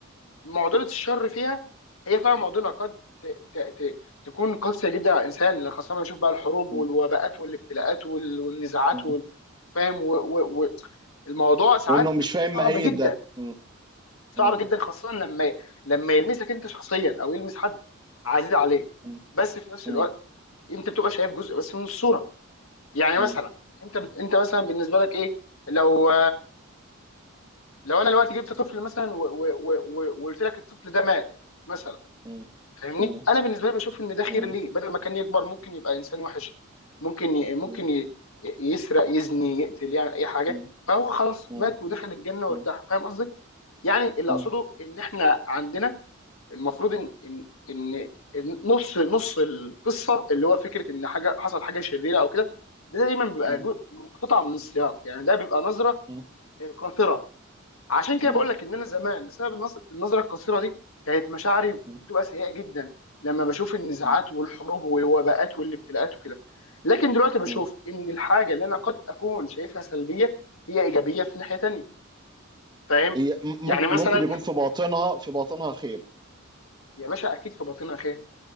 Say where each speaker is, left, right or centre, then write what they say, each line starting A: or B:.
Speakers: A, on the left; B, on the right.
A: معضله الشر فيها هي فعلا معضله قد ت... ت... ت... تكون قاسيه جدا على الانسان لأن خاصه لما نشوف بقى الحروب والوباءات
B: م-
A: والابتلاءات وال... والنزاعات
B: م.
A: وال... فاهم و... و... و... الموضوع ساعات
B: وانه
A: بيبقى
B: مش فاهم
A: صعب
B: ماهيه
A: جدا
B: ده م-
A: صعب
B: م-
A: جدا خاصه لما لما يلمسك انت شخصيا او يلمس حد عزيز عليك
B: م-
A: بس في نفس
B: م-
A: الوقت انت بتبقى شايف جزء بس من الصوره يعني
B: م-
A: مثلا انت انت مثلا بالنسبه لك ايه لو لو انا دلوقتي جبت طفل مثلا و- و- و- و- وقلت لك الطفل ده مات مثلا
B: م-
A: فاهمني
B: م-
A: انا بالنسبه لي بشوف ان ده خير
B: مم.
A: ليه بدل ما كان يكبر ممكن يبقى انسان وحش ممكن ي... ممكن
B: مم.
A: ي... يسرق يزني يقتل يعني اي حاجه
B: مم.
A: فهو خلاص
B: مم.
A: مات ودخل الجنه وارتاح
B: مم.
A: فاهم قصدي يعني اللي
B: مم.
A: اقصده ان احنا عندنا المفروض ان ان ان إن نص نص القصه اللي هو فكره ان حاجه حصل حاجه شريره او كده ده دايما بيبقى
B: مم.
A: جو- مقتطع من السياق يعني ده بيبقى نظره
B: مم.
A: آه، قاصره عشان كده
B: مم.
A: بقول لك ان انا زمان بسبب النظ- النظره القصيره دي كانت مشاعري
B: مم.
A: بتبقى سيئه جدا لما بشوف النزاعات
B: مم.
A: والحروب والوباءات والابتلاءات وكده لكن دلوقتي بشوف
B: مم.
A: ان الحاجه اللي انا قد اكون شايفها سلبيه هي ايجابيه في ناحيه تانيه فاهم
B: هي ممكن
A: يعني مثلا
B: ممكن يكون في باطنها في باطنها خير
A: يا باشا اكيد في باطنها خير